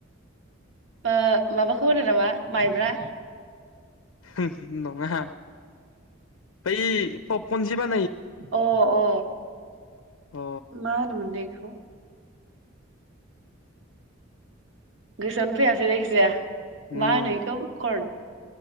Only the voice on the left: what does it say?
होम हो नङा बै पप पनजिबा
अ
उम